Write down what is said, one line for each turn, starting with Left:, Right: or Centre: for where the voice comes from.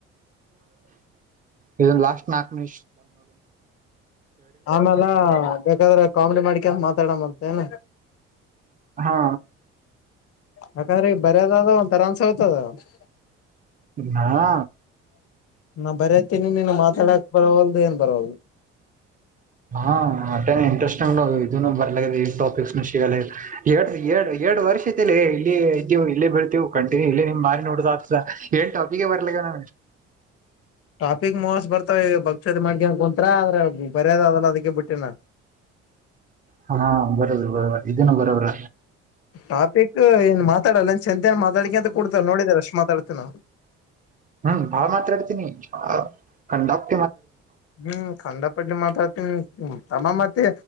Right: ಇದ್ನ ಲಸ್ಟ್ ನಾಕ <unintelligible>
Left: ಆಮೇಾಲ ಬೇಕಾದ್ರೆ ಕಾಮಿಡಿ ಮಾಡಿಕ ಮಾತಾಡ್ಂತೆ ಏನು
Right: ಹಾ
Left: ಯಾಕಂದ್ರೆ ಈಗ ಬರ್ಯದ ಒಂತರ <unintelligible>
Right: ಹಾ
Left: ನಾ ಬರೆತೀನಿ ನೀನು ಮಾತಾಡಕ್ ಬರವಲ್ದು ಏನ್ ಬರವಲ್ದು
Right: ಹಾಂ ಹಾಂ ಅಟ್ಟೆ ಇಂಟ್ರೆಸ್ಟ್ದು ಇದನ್ನು ಬರ್ಲ ಟಾಪಿಕ್ಸ್ <unintelligible> ಎರಡು ವರ್ಷ ಆಯ್ತುಲೆ ಇಲ್ಲಿ ಇದ್ವಿ ಇಲ್ಲೇ ಬೆಳ್ದಿ ಕಂಟಿನ್ಯೂ ಇಲ್ಲಿ ನಿಮ್ ಮಾರಿ ನೋಡುದ ಏನ್ ಟಾಪಿಗೆ ಬರ್ಲಿ ಗನ
Left: ಟಾಪಿಕ್ ಮೋಸ್ ಬರ್ತಾವ ಭಕ್ಷ್ಯದ ಮ್ಗಿ ಅನ್ಕ ಕುಂತತ್ರ ಆದ್ರೆ ಬರ್ಯದ್ ಅದಲ್ಲ ಅದಕ್ಕೆ ಬಿಟ್ಟೇಿನ
Right: ಹಾ ಬರೋದ್ ಬರೋ ಇದನ ಬರೋದ್ರ
Left: ಟಾಪಿಕ್ ಏನ್ ಮಾತಾಡಲ್ಲ ಅನ್ಸ್ ಚಂತನ್ ಮಾತಾಡಿಕ ಕೂಡ್ತಾನೆ ನೋಡಿದಿರ ಎಷ್ಟ್ ಮಾತಾಡ್ತಾನೆ ಅವ್ನು
Right: ಹ್ಮ್ ಬಾಳ ಮಾತಾಡ್ತೀನಿ ಕಂಡಪ್
Left: ಹ್ಮ್ ಖಂದ ಪಾಡ್ಲೆ ಮಾತಾಡ್ತಿ ನಿ ಹ್ಮ್ ಅಮ್ಮ ಮತ್ತೆ